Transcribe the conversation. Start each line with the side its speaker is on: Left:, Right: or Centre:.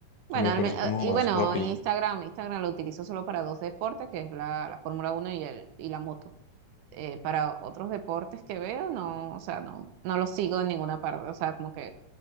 Right: Bueno,
Left: Me
Right: al
Left: parece
Right: men- ah,
Left: como
Right: y
Left: más
Right: bueno,
Left: rápido.
Right: Instagram, Instagram lo utilizo solo para dos deportes, que es la, la Fórmula Uno y, el, y la moto. eh, para otros deportes que veo, no, o sea, no, no lo sigo en ninguna parte, o sea, como que